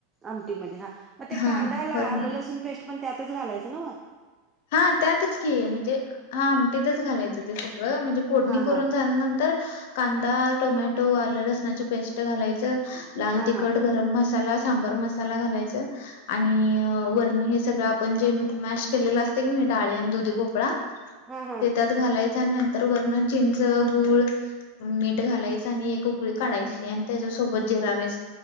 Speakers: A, on the right (about 20°); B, on the left (about 65°).
A: आमटीमध्ये हा मग ते
B: हां,
A: कांदा
B: वरनं
A: आलं लसूण पेस्ट पण त्यातच घालायचं न्हवं?
B: हा त्यातच कि आहे म्हणजे हा आमटीतच घालायचं ते सगळं म्हणजे फोडणी
A: हा
B: करून
A: हा
B: झाल्यानंतर तर कांदा, टोमॅटो, आलं लसनाची पेस्ट घालायचं. लाल
A: हा हा
B: तिखट,
A: हा
B: गरम मसाला, सांबर मसा ला घालायचं आणि वरणं हे सगळं आपण जे मॅश केललं अस तंय कणी डाळी आणि दुधी पोपळा
A: हा हा हा
B: ते त्या त घालायचं आणि नंतर वरणं चिंच, गूळ, मीठ घालायच आणि उ ळी काढायची आणि त्याच्या सोबत जिरा राईस